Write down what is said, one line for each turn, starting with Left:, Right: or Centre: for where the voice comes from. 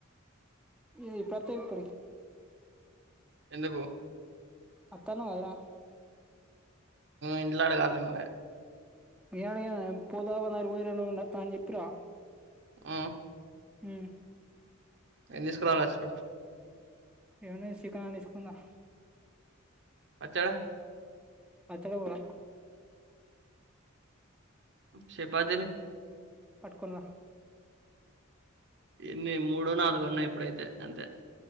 Centre: మ్ ప్రతి ఒకరి
Right: ఎందుకు
Centre: అతను అలా
Right: ఇంట్లో అడగాలి నువ్వే
Centre: ఏంఅడిగేది నయ్యా పోతాను పోతను అని ఉండత్తాను అని చెప్పరా.
Right: మ్
Centre: ఉ
Right: ఏం తీసుకురావాలి వచ్చినప్పుడు
Centre: ఎంఏసి కార్ ఎసుకుందా
Right: పచ్చ
Centre: అక్షర పుర
Right: చపాతీలు
Centre: పట్టుకొని రా
Right: ఎన్ని మూడో నాలుగు ఉన్నాయి ఇప్పుడైతే అంతే